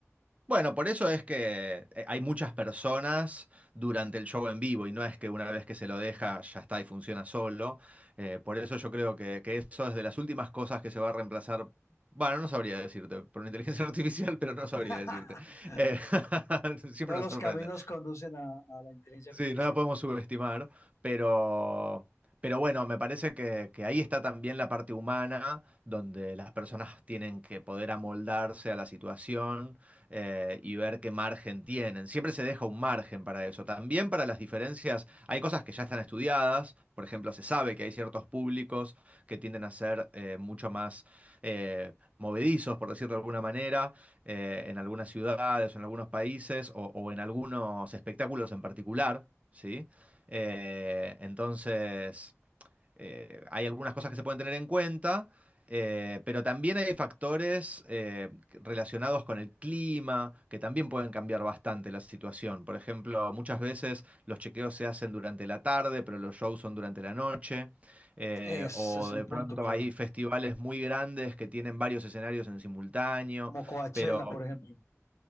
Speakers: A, on the right (about 25°); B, on the left (about 70°).
A: bueno, por eso es que eh, hay muchas personas durante el show en vivo y no es que una vez que se lo deja ya está y funciona solo. Eh, por eso yo creo que, que eso es de las últimas cosas que se va a reemplazar. Bueno, no sabría decirte, por una inteligencia <laughs> artificial, pero no
B: <laughs>
A: sabría decirte. Eh, <laughs> siempre
B: Todos
A: nos
B: los
A: sorprenden.
B: caminos conducen a, a la inteligencia
A: Sí,
B: artificial.
A: no la podemos subestimar, pero, pero bueno, me parece que, que ahí está también la parte humana, donde las personas tienen que poder amoldarse a la situación eh, y ver qué margen tienen. Siempre se deja un margen para eso. También para las diferencias, hay cosas que ya están estudiadas, por ejemplo, se sabe que hay ciertos públicos que tienden a ser eh, mucho más eh, movedizos, por decirlo de alguna manera eh, en algunas ciudades o en algunos países o, o en algunos espectáculos en particular, ¿sí? Eh, entonces eh, hay algunas cosas que se pueden tener en cuenta, eh, pero también hay factores eh, relacionados con el clima que también pueden cambiar bastante la situación. Por ejemplo, muchas veces los chequeos se hacen durante la tarde, pero los shows son durante la noche. eh,
B: Ese
A: o
B: es
A: de
B: un punto,
A: pronto
B: claro.
A: hay festivales muy grandes que tienen varios escenarios en simultáneo,
B: Como Coachella,
A: pero
B: por ejemplo.